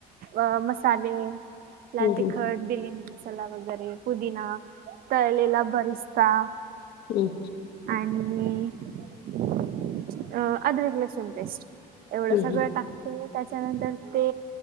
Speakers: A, on the right (about 60°); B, on the left (about 75°).
A: अ मसाले, लाल
B: हम्म
A: तिखट, बिर्याणी मसा मसाला वगैरे पुदीना तळलेला बरिस्ता
B: हम.
A: आणि अ अदरक लसून पेस्ट एवढं
B: हम्म
A: सगळं टाक ते त्याच्यानंतर ते